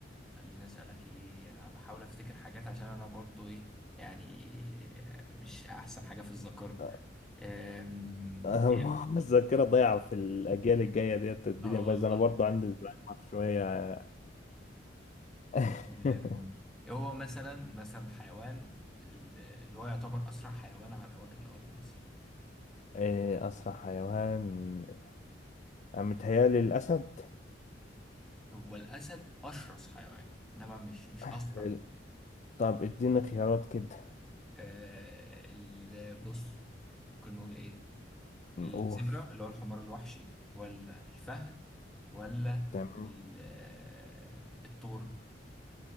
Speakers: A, in the centre; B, on the left (about 40°).
A: خليني أسألك إيه أنا بحاول أفتكر حاجات عشان أنا برضو إيه يعني مش أحسن حاجة في الذاكرة
B: أه،
A: آم،
B: أه،
A: إيه؟
B: <laughs> الذاكرة ضايعة في الأجيال الجاية ديت الدنيا
A: اه
B: بايظة
A: والله
B: أنا برضو عندي الزهايمر شوية <laughs>
A: أم، هو مثلا مثلا الحيوان ال- اللي هو يعتبر أسرع حيوان على وجه الأرض مثلا
B: إيه أسرع حيوان أنا متهيألي الأسد
A: هو الأسد أشرس حيوان إنما مش مش
B: حلو.
A: أسرع
B: طب اديني خيارات كده
A: أه ال- بص ممكن نقول إيه
B: نقول
A: الزبرة اللي هو الحمار الوحشي ولا الفهد ولا
B: تمام
A: ال- آه، الثور